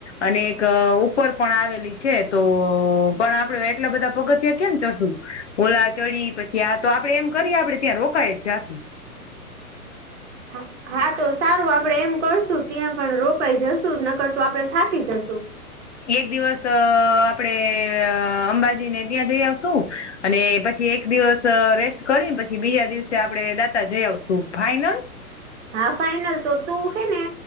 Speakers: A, on the left; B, on the right.
A: અને એક ઉ ઉપર પણ આવેલી છે તો પણ આપડે એટલા બધા પગથિયા કેમ ચડશું? ઓલા ચડી પછી આ તો આપડે એમ કરીએ આપડે ત્યાં રોકાય જ જાશું.
B: જ
A: <inaudible>
B: હા તો સારું આપડે એમ કરશું ત્યાં પણ રોકાઈ જશું નકતો આપડે થાકી જશુ.
A: એક દિવસ અ આપડે અંબાજીને ત્યાં જઈ આવશું. અને પછી એક દિવસ રેસ્ટ કરીને પછી બીજા દિવસે આપણે દાતા જઈ આવશું, ફાઈનલ?
B: હા ફાઈનલ તો તું શે ને